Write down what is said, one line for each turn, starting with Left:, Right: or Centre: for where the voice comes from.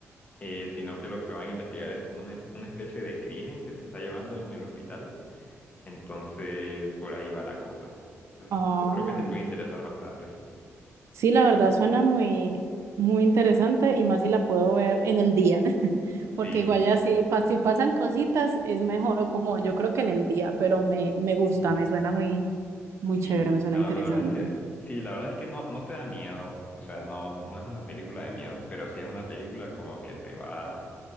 Left: eh, sino que lo que van a investigar es como una, una especie de crimen que se está llevando en el hospital. Entonces, por ahí va la cosa. Entonces,
Right: ah.
Left: yo creo que te puede interesar bastante.
Right: Sí, la verdad suena muy, muy interesante y más si la puedo ver en el día, <laughs> porque
Left: Sí,
Right: igual ya si, pa- si pasan cositas es mejor o como yo creo que en el día, pero me, me gusta,
Left: sí,
Right: me suena muy, Muy
Left: sí,
Right: chévere, me suena
Left: no,
Right: interesante.
Left: la verdad es que, sí, la verdad es que no, no te da miedo, o sea, no, no es una película de miedo, pero sí es una película como que te va